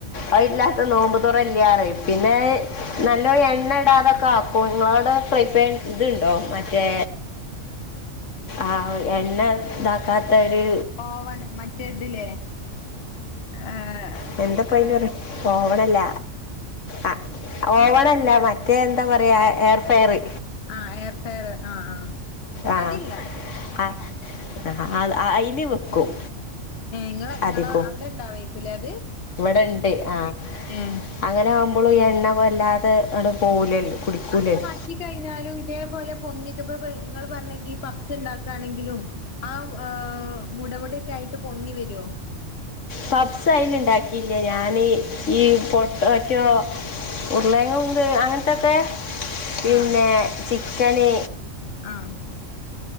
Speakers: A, on the left; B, on the left.
A: അതില്ല നോമ്പ്തുറല്ലാറയും. പിന്നെ നല്ല എണ്ണ ഇടാതൊക്കെ ആക്കും. നിങ്ങളോട ഫ്രീ പൈൻ ഇതുണ്ടോ? മറ്റേ, ആഹ് എണ്ണ ഇതാക്കാതോര്
B: ഓവൺ മറ്റേ തിലേ. ആഹ്
A: <unintelligible> ഓവണല്ല. ആഹ് ഓവണല്ല. മറ്റേ എന്താ പറയാ ഏർ ഫെയറ്.
B: ആഹ് ഏർ ഫെയറ്ആഹ് ആഹ്.
A: ആഹ്
B: അതില്ല
A: ആഹ് അഹ അയില് വെക്കും.
B: ഏഹ് ഇങ്ങളെ ഇങ്ങളെ
A: അതീക്കും.
B: അവിടെ ഇണ്ടാവേക്കുലേ അത്
A: ഇവിടെണ്ട് ആഹ്
B: ഏഹ്
A: അങ്ങനാവു മ്പോള് ഈ എണ്ണ വല്ലാതെ ആങ്ങട് പോവുല്ലോ കുടിക്കൂലല്ലോ.
B: ത്തി കഴിഞ്ഞാലും ഇതേപോലെ പൊങ്ങിക്ക്. ഇപ്പ് നിങ്ങൾ പറഞ്ഞെങ്ക ഈ പപ്പ്സ് ഉണ്ടാകണെങ്കിലും ആഹ് മുടമുടക്കെ ആയിട്ട് പൊങ്ങി വരുവോ.
A: പപ്പ്സ് അയില് ഇണ്ടാക്കിയില്ല. ഞാന് ഈ പൊട്ടറ്റോ ഉരുളേങ്ങ ഉണ്ട് അങ്ങനത്തൊക്കെ പിന്നെ
B: ആഹ്
A: ചിക്കന്,
B: ആഹ്